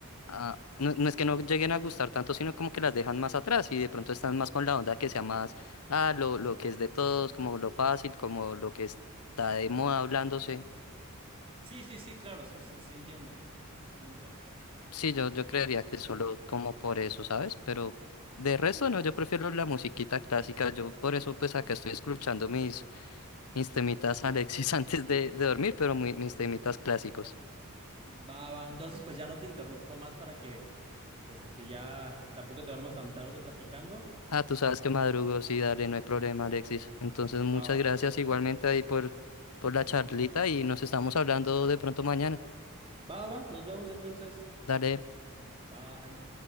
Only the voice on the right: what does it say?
Sí, sí, sí, claro, sí, sí, sí entiendo tu punto.
Va, va. Entonces, pues ya no te interrumpo más para que este ya tampoco te duermas tan tarde platicando.
Es-
Va, va.
Va, va. Nos vemos entonces.
Bye.